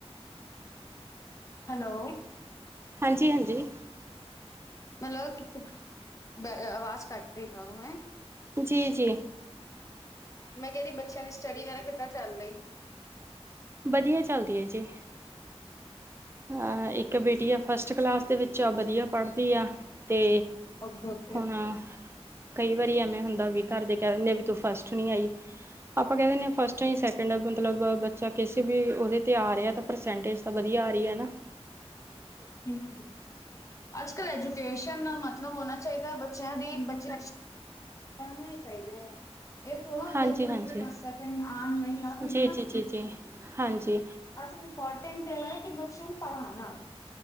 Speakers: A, on the left; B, on the right.
A: ਹੈਲੋ
B: ਹਾਂਜੀ, ਹਾਂਜੀ।
A: ਮਤਲਬ ਆਵਾਜ਼ ਕੱਟ ਰਹੀ ਉਹਨਾਂ ਨੂੰ ਹੈ।
B: ਜੀ, ਜੀ।
A: ਮੈਂ ਕਹਿ ਰਹੀ ਬੱਚਿਆਂ ਦੀ ਸਟੱਡੀ ਵਗੈਰਾ ਕਿੱਦਾਂ ਚੱਲ ਰਹੀ।
B: ਵਧੀਆ ਚੱਲਦੀ ਹੈ ਜੀ। ਹਾਂ ਇੱਕ ਬੇਟੀ ਆ ਫਸਟ ਕਲਾਸ ਦੇ ਵਿੱਚ ਉਹ ਵਧੀਆ ਪੜ੍ਹਦੀ ਆ ਅਤੇ
A: ਹੋਰ ਫਿਰ।
B: ਹੁਣ ਕਈ ਵਾਰੀ ਐਵੇਂ ਹੁੰਦਾ ਵੀ। ਘਰ ਦੇ ਕਹਿ ਦਿੰਦੇ ਵੀ ਤੂੰ ਫਸਟ ਨੀ ਆਈ ਆਪਾਂ ਕਹਿ ਦਿੰਦੇ ਹਾਂ ਫਸਟ ਨ ਸੈਕਿੰਡ ਮਤਲਬ ਬੱਚਾ ਕਿਸੇ ਵੀ ਉਹਦੇ ਤੇ ਆ ਰਿਹਾ ਤਾਂ ਪਰਸੈਂਟੇਜ ਤਾਂ ਵਧੀਆ ਆ ਰਹੀ ਹੈ।
A: ਕੀ <inaudible> ਅੱਜ ਕੱਲ੍ਹ ਐਜੂਕੇਸ਼ਨ ਨਾਲ ਮਤਲਬ ਹੋਣਾ ਚਾਹੀਦਾ ਬੱਚਿਆਂ ਦੀ ਬੱਚੇ ਐਵੇਂ ਚਾਹੀਦੇ ਇਹ ਥੋੜਾ ਹੁੰਦਾ
B: ਹਾਂਜੀ
A: ਕਿ
B: ਹਾਂਜੀ
A: ਬੱਚੇ ਫਸਟ ਸੈਕਿੰਡ ਆਉਣ ਨਹੀਂ ਆਉਣ।
B: ਜੀ ਜੀ ਜੀ ਜੀ ਹਾਂਜੀ
A: ਅੱਜ ਇੰਪੋਰਟੈਂਟ ਇਹ ਹੈ ਕਿ ਬੱਚਿਆਂ ਨੂੰ ਪੜ੍ਹਾਉਣਾ।